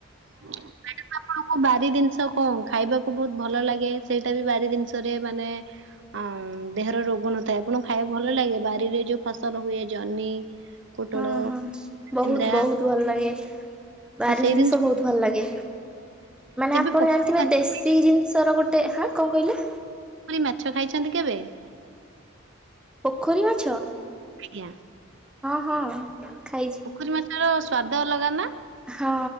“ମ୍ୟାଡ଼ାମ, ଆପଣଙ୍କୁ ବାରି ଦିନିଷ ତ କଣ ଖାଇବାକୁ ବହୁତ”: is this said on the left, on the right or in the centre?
Right